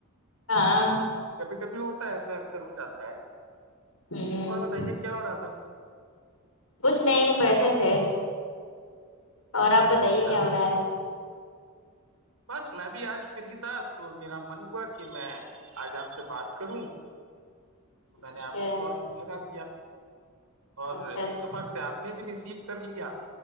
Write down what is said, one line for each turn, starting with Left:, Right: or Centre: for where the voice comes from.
Left: ہاں
Right: جی کبھی کبھی ہوتا ہے ایسا اکثر ہو جاتا ہے
Left: ہوں
Right: اور بتائیے کیا ہو رہا تھا
Left: کچھ نہیں بیٹھے تھے اور آپ بتائیے
Right: اچھا
Left: کیا ہو رہا ہے
Right: بس میں بھی آج فری تھا تو میرا من ہوا کہ میں آج آپ سے بات کروں تو میں
Left: اچھا
Right: نے آپ کو کال لگا دیا اور
Left: اچھا
Right: اتفاق
Left: جی
Right: سے آپ نے بھی ریسیو کر لیا